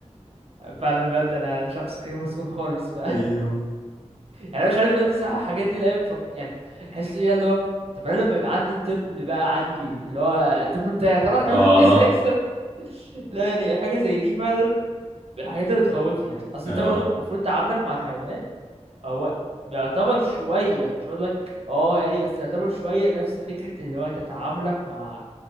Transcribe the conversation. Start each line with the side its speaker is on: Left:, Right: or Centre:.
Right: فعلا بجد انا شخص غير مسؤول خالص ف <laughs> يعني
Left: ايوه
Right: انا مش عارف بجد الصراحة الحاجات دي اللي هي بتفك... يعني احس ليها اللي هو طب انا لما يبقى عندي الطفل بقى عندي اللي هو الطفل بتاعي يا ترى هتعمل
Left: اه
Right: معاه <laughs> ازاي الصراحة؟ لا يعني حاجة زي دي فعلا من الحاجات اللي بتخوفني يعني اصل
Left: اه
Right: انت برضو المفروض تعاملك مع الحيوانات هو بيعتبر شوية مش هقول لك اه يعني بس يعتبر شوية نفس فكرة اللي هو انت تعاملك مع